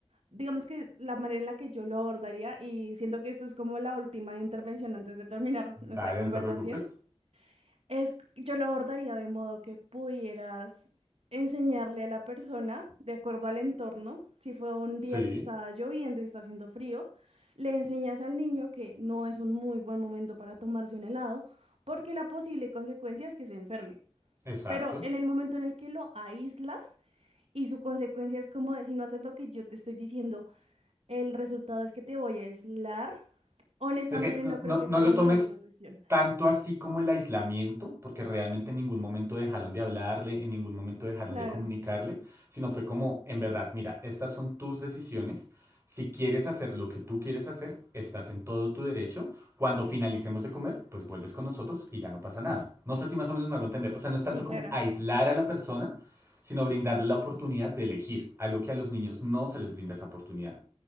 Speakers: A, on the right; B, on the right.
A: Digamos que la manera en la que yo lo abordaría, y siento que esto es como la última intervención antes de terminar <laughs> nuestra
B: Dale,
A: conversación,
B: no te preocupes.
A: Es, yo lo abordaría de modo que pudieras enseñarle a la persona, de acuerdo al entorno, si fue un
B: Sí,
A: día que está lloviendo y está haciendo frío, le enseñas al niño que no es un muy buen momento para tomarse un helado, porque la posible consecuencia es que se enferme.
B: exacto.
A: Pero en el momento en el que lo aíslas y su consecuencia es como de si no haces lo que yo te estoy diciendo, el resultado es que te voy a aislar, honestamente
B: Es que no,
A: no creo
B: no,
A: que
B: no
A: sea
B: lo
A: la
B: tomes
A: mejor decisión.
B: tanto así como el aislamiento, porque realmente en ningún momento dejaron de hablarle, en ningún momento dejaron
A: Claro,
B: de comunicarle, sino fue como, en verdad, mira, estas son tus decisiones. Si quieres hacer lo que tú quieres hacer, estás en todo tu derecho. Cuando finalicemos de comer, pues vuelves con nosotros y ya no pasa nada. No sé si más o menos me hago entender. O sea, no es tanto
A: sí, claro.
B: como aislar a la persona, sino brindarle la oportunidad de elegir, algo que a los niños no se les brinda esa oportunidad.